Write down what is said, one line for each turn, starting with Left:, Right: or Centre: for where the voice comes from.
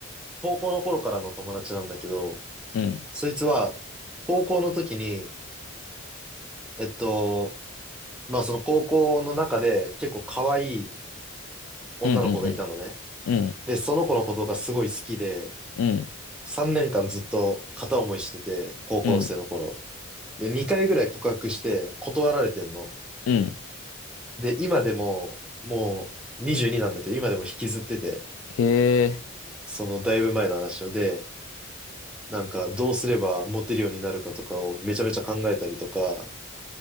Centre: 高校の頃からの友達なんだけど、
Left: うん、
Centre: そいつは、高校の時に、えっと、まあその高校の中で結構可愛い女の子がいたのね。
Left: うん、うん、うん、うん、
Centre: で、その子のことがすごい好きで、
Left: うん、
Centre: 3年間ずっと片思いしてて、高校生の頃。
Left: うん。
Centre: で、2回ぐらい告白して断られてんの。
Left: うん
Centre: で、今でも、もう22なんだけど、今でも引きずってて、
Left: へえ、
Centre: そのだいぶ前の話をで、なんかどうすればモテるようになるかとかをめちゃめちゃ考えたりとか、